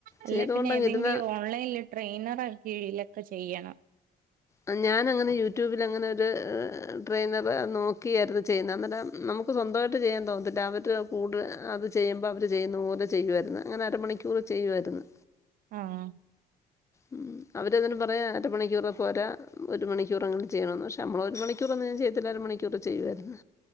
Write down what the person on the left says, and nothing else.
ചെയ്തുകൊണ്ടങ്ങിരുന്നാ
ആഹ് ഞാനങ്ങനെ യൂട്യൂബിലങ്ങനെ ഒരു ട്രെയിനറെ നോക്കിയാരുന്നു ചെയ്യുന്നത് അന്നേരം നമു ക്ക് സ്വന്തവായിട്ട് ചെയ്യാൻ തോന്നത്തില്ല അവർടെ കൂടെ അത് ചെയ്യുമ്പം അവര് ചെയ്യുന്ന പോലെ ചെയ്യുവാരുന്നു അങ്ങനെ അരമണിക്കൂറ് ചെയ്യുവാര്ന്ന്
ഉം അവരങ്ങനെ പറയാ അരമണിക്കൂറ് പോരാ ഒരു മണിക്കൂറെങ്കിലും ചെയ്യണമന്ന് പക്ഷേ നമ്മളൊരു മണിക്കൂറൊന്നും ഞാൻ ചെയ്യത്തില്ല അര മണിക്കൂറ് ചെയ്യുവാരുന്നു